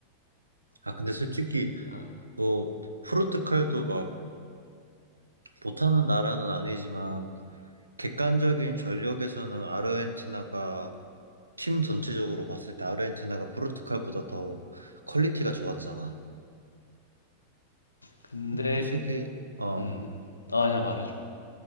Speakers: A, on the right; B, on the left.
A: 아 근데 솔직히
B: 어,
A: 뭐 포르투갈도 막 못하는 나라는 아니지만 객관적인 전력에서는 아르헨티나가 팀 전체적으로 봤을 때 아르헨티나가 포르투갈보다 더 퀄리티가 좋았잖아.
B: 근데
A: 솔직히 어
B: 음, 아, 아니야 말해줘.